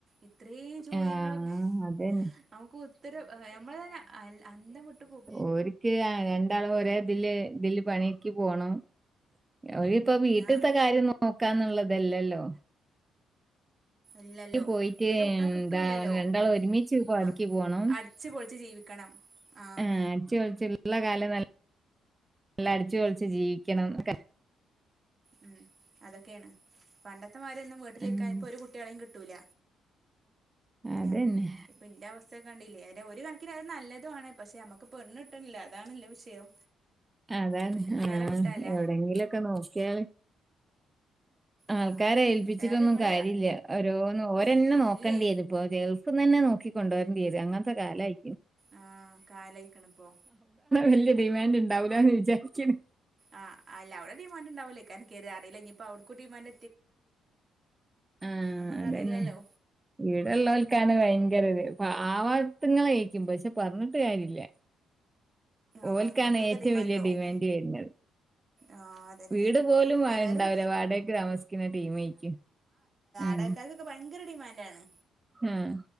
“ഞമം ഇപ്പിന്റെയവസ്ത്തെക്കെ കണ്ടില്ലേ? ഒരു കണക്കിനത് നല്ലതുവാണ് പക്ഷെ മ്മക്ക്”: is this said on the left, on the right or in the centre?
Right